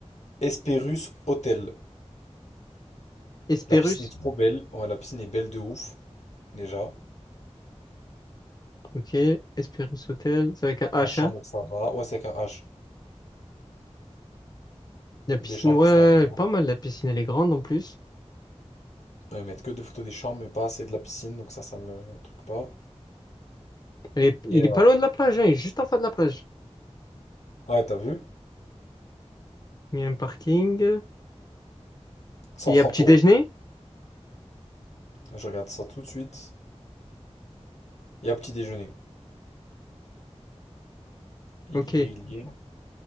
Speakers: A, on the left; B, on the left.
A: Hesperus Hotel.
B: Hesperus.
A: La piscine est trop belle. Ouais, la piscine est belle de ouf, déjà.
B: Ok, Hesperus Hôtel. C'est avec un H,
A: La chambre,
B: hein.
A: ça va. Ouais, c'est avec un H.
B: La piscine,
A: Les chambres,
B: ouais,
A: ça
B: elle
A: va.
B: est pas mal. La piscine, elle est grande en plus.
A: Ouais, Ils mettent que des photos des chambres, mais pas assez de la piscine, donc ça, ça me truc pas.
B: Elle est, il
A: Et alors?
B: est pas loin de la plage, hein. Il est juste en face de la plage.
A: Ouais, t'as vu?
B: Il y a un parking.
A: cent
B: Il y
A: trente
B: a petit
A: euros.
B: déjeuner.
A: Je regarde ça tout de suite. Il y a petit déjeuner. Il
B: Ok.
A: y est, il y est.